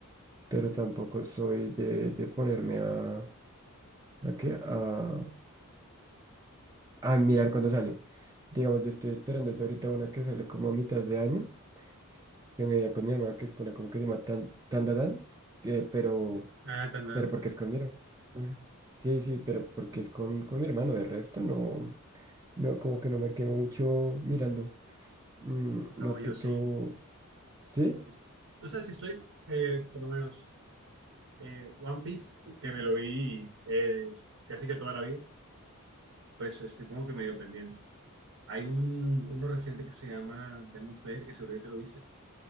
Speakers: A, on the right; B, on the right.
A: pero tampoco soy de, de ponerme a, a, qué, a, a mirar cuándo sale. Digamos, yo estoy esperando es ahorita una que sale como a mitad de año, que me di con mi hermano, que es una como que se llama Tan, Tan, Tan, Tan, eh, pero...
B: Ah, tan, tan.
A: Pero porque es con mi hermana. Sí, sí, pero porque es con, con mi hermano. De resto, no, no, como que no me quemo mucho mirando. Mm,
B: No,
A: más
B: yo
A: que todo,
B: sí.
A: sí,
B: Es- O sea, si estoy, eh, por lo menos. Eh, One Piece, que me lo vi eh, casi que toda la vida, pues estoy como que medio pendiente. Hay un, uno reciente que se llama Demon Slayer, que seguro que te lo viste,